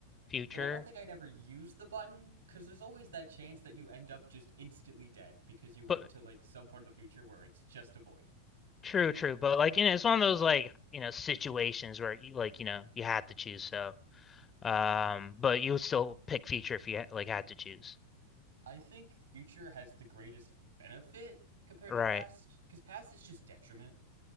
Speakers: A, on the left; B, on the right.
A: Future.
B: Though I don't think I'd ever use the button, because there's always that chance that you end up just instantly dead because you went
A: But
B: into like some part of the future where it's just a void.
A: true, true. But like, you know, it's one of those like, you know, situations where you like, you know, you had to choose. So, um, but you would still pick Future if you ha like had to choose.
B: I think future has the greatest benefit compared
A: Right,
B: to past, because past is just detriment.